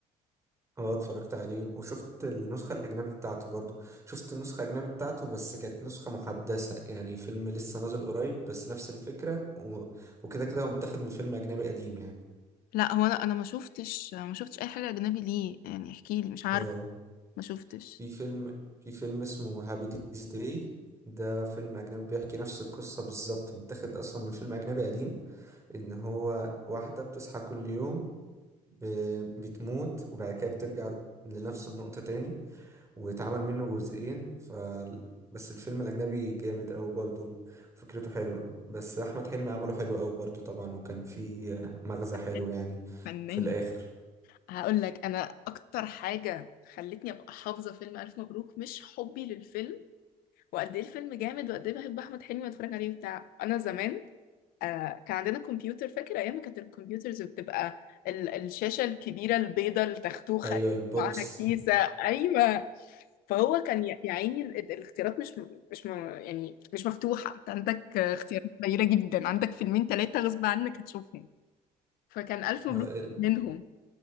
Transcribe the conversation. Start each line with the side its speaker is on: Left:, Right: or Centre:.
Right: اه اتفرجت عليه وشفت النسخة الأجنبي بتاعته برضو شفت النسخة الأجنبي بتاعته بس كانت نسخة محدثة يعني فيلم لسه نازل قريب بس نفس الفكرة و... وكده كده هو متاخد من فيلم أجنبي قديم يعني
Left: لا هو انا انا ما شفتش ما شفتش اي حاجه اجنبي ليه يعني احكي لي مش عارفه
Right: اه
Left: ما شفتش
Right: في فيلم في فيلم اسمه هابي ديز داي ده فيلم أجنبي بيحكي نفس القصة بالظبط متاخد أصلا من فيلم أجنبي قديم إن هو واحدة بتصحى كل يوم ب... بتموت وبعد كده بترجع لنفس النقطة تاني واتعمل منه جزئين ف بس الفيلم الأجنبي جامد أوي برضه فكرته حلوة بس أحمد حلمي عمله حلو أوي برضه طبعا وكان في مغزى
Left: فنان
Right: حلو يعني
Left: فنان
Right: في الآخر
Left: هقول لك أنا أكتر حاجة خلتني أبقى حافظة فيلم ألف مبروك مش حبي للفيلم وقد ايه الفيلم جامد وقد ايه بحب احمد حلمي واتفرج عليه بتاع انا زمان آه كان عندنا كمبيوتر فاكر ايام ما كانت الكمبيوترز بتبقى ال الشاشه الكبيره البيضه التختوخه
Right: أيوة البوكس
Left: معاها كيسه ايوه فهو كان يا يا عيني ال- ال- الاختيارات مش م- مش م- يعني مش مفتوحه انت عندك آه، اختيارات قليله جدا عندك فيلمين ثلاثه غصب عنك هتشوفهم فكان الف مبروك
Right: أيوة
Left: منهم